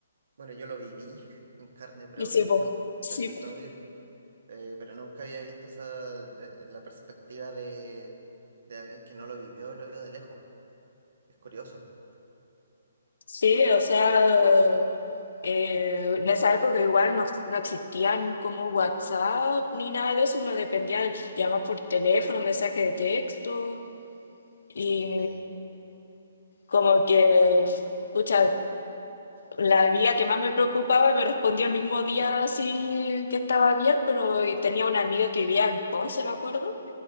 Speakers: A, on the right; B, on the left.
A: Bueno, yo lo viví <laughs> en carne propia
B: Y sí,
A: eso-
B: po, sí,
A: ese episodio,
B: po.
A: eh, pero nunca había visto esa, de- la perspectiva de, de alguien que no lo vivió, lo vio de lejos. Es curioso.
B: Sí, o sea, eh, en esa época igual no, no existían como WhatsApp ni nada de eso, uno dependía de llamar por teléfono, mensaje de texto, y
A: Sí,
B: como que, pucha, La amiga que más me preocupaba me respondió el mismo día así que estaba bien, pero y tenía una amiga que vivía en Ponce, me acuerdo,